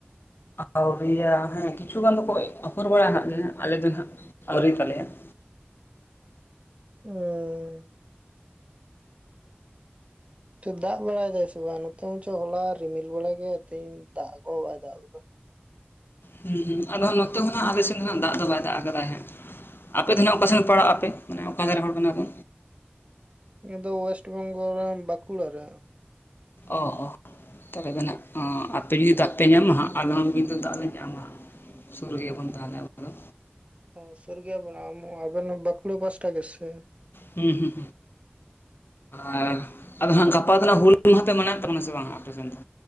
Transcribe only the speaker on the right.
ᱦᱮᱸ ᱫᱟᱜ ᱵᱟᱲᱟᱭ ᱫᱟᱭ ᱥᱮ ᱵᱟᱝ ᱱᱚᱛᱮ ᱦᱚᱸ ᱪᱚ ᱦᱚᱞᱟ ᱨᱤᱢᱤᱞ ᱵᱟᱲᱟ ᱠᱮᱠᱼᱟ᱾ ᱛᱮᱦᱤᱧ ᱫᱟᱜ ᱠᱚᱦᱚᱸ ᱵᱟᱭ ᱫᱟᱜ ᱞᱮᱫᱟ᱾
ᱱᱤᱭᱟᱹ ᱫᱚ ᱳᱭᱮᱥᱴ ᱵᱮᱝᱜᱚᱞ ᱵᱟᱸᱠᱩᱲᱟ ᱨᱮ
ᱚ ᱥᱩᱨᱜᱵ ᱟᱢ ᱟᱵᱮᱱ ᱵᱟᱸᱠᱩᱲ ᱯᱟᱦᱴᱟ ᱜᱮ ᱥᱮ?